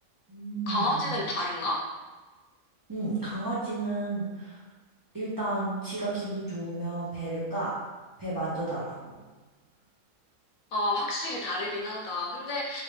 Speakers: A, on the right; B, on the left.
A: 음.
B: 강아지는 다른가?
A: 음, 강아지는 일단 지가 기분 좋으면 배를 까. 배 만져달라고.
B: 아, 확실히 다르긴 하다. 근데,